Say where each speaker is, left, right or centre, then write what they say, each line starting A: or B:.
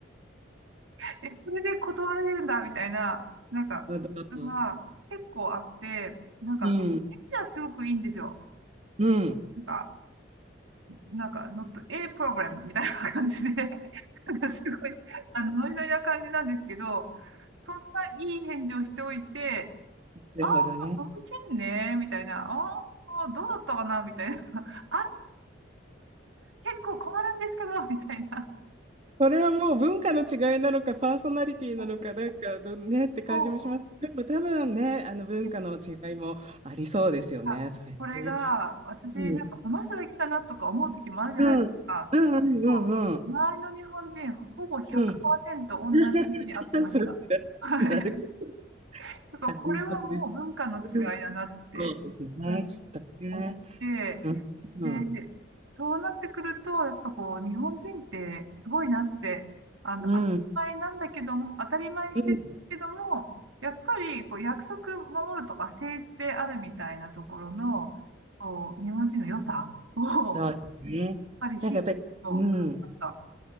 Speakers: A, on the right; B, on the right.
A: <laughs> え、それで断られるんだみたいな、なんか、
B: なるほど。
A: のが結構あって、なんかその、
B: うん。
A: エッチはすごくいいんですよ。
B: うん。うん
A: なんか、なんか、not a problem みたいな感じで、なんかすごい、あの、ノリノリな感じなんですけど、そんないい返事をしておいて、
B: なるほどね。
A: ああ、その件ね、みたいな、ああ、どうだったかな、みたいな、あれ結構困るんですけど、みたいな。
B: それはもう文化の違いなのか、パーソナリティなのか、
A: はい
B: なんかどねって感じもします。
A: そう
B: でも多分ね、あの文化の違いもありそうですよね、
A: でいやこれが、
B: それね。
A: 私、
B: うん。
A: なんかその人だけだなとか思う時もあるじゃないですか。
B: うん。うんうんうんうん。
A: そう周りの日本人、ほぼ100%
B: うん。
A: 同じ目に遭ってました。
B: <laughs> そっか。
A: はい。
B: なるほど。
A: ちょっとかこれはもう文化の違いだなってうん
B: ありそうです。うん。そうですよね、きっとね。
A: 思って
B: うん。
A: でそうなってくるとやっぱこう日本人ってすごいなってあの当たり前なんだけども当たり前にしてるけどもやっぱりこう約束守るとか誠実であるみたいなところのこう日本人の良さをやっ
B: うん。うん。うん。そうですね。
A: ぱり必死と感じましたは
B: なんかやっぱり、うん。